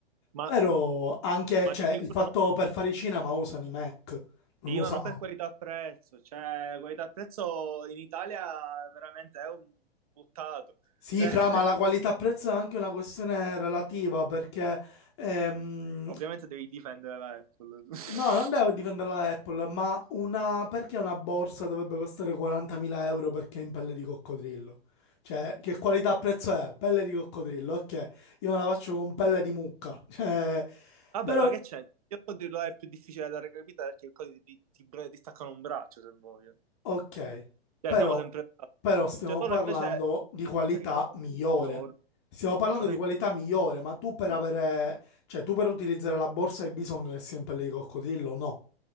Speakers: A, on the right; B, on the left.
A: ma,
B: Però anche,
A: ma
B: cioè,
A: di sicuro
B: il fatto
A: no.
B: per fare i cinema usano i Mac, non
A: Sì,
B: usano.
A: ma non per qualità-prezzo, cioè qualità-prezzo in Italia veramente è un buttato.
B: Sì,
A: Cioè,
B: Fra,
A: <laughs>
B: ma la qualità-prezzo è anche una questione relativa perché, ehm,
A: ovviamente devi difendere la Apple. <laughs>
B: no, non devo difendere la Apple, ma una, perché una borsa dovrebbe costare 40.000 euro perché è in pelle di coccodrillo? Cioè, che qualità-prezzo è? Pelle di coccodrillo, ok, io me la faccio con pelle di mucca, <laughs> cioè,
A: Vabbè,
B: però
A: ma che c'è? Il codice lo è più difficile da recapitare perché il codice ti, ti, bre- ti staccano un braccio se voglio.
B: Ok,
A: Cioè,
B: però,
A: siamo sempre là.
B: però stiamo
A: Cioè, loro
B: parlando
A: invece,
B: di qualità
A: la cosa che mi dà fastidio
B: migliore.
A: di loro,
B: Stiamo parlando
A: la cosa
B: di
A: che-
B: qualità migliore, ma tu per
A: Mm.
B: avere, cioè tu per utilizzare la borsa hai bisogno che sia in pelle di coccodrillo? No.